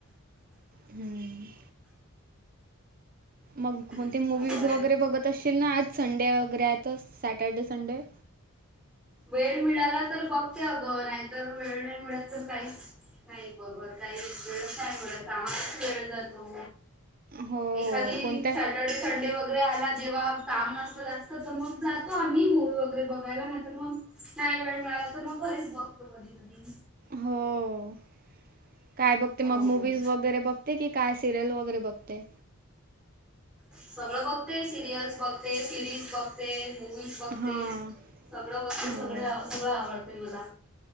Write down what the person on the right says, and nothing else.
हम्म मग कोणते
मूवीज
वगैरे बघत असशील ना आज संडे वगैरे आहेत तर सॅटर्डे संडे!
हो
कोणत्या
हो काय बघते
मग मूवज वगैरे बघते की काय सिरियल वगैरे बघते?
हां
हो